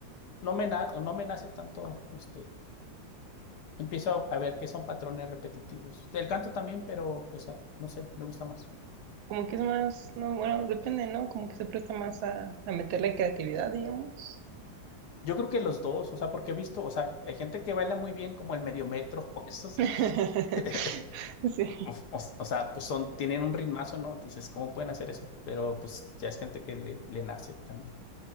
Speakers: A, on the left (about 65°); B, on the right (about 80°).
A: no me, na- no me nace tanto, este, empiezo a, a ver que son patrones repetitivos. El canto también, pero pues a- no sé, me gusta más.
B: Como que es más, no, bueno, depende, ¿no? Como que se presta más a, a meter la creatividad, digamos.
A: Yo creo que los dos, o sea, porque he visto, o sea, hay gente que baila muy bien como el medio metro <laughs> o esos,
B: <laughs>
A: <laughs>
B: Sí,
A: o, o- o sea, pues son, tienen un ritmazo, ¿no? Dices, ¿cómo pueden hacer eso? Pero pues ya es gente que le, le nace también.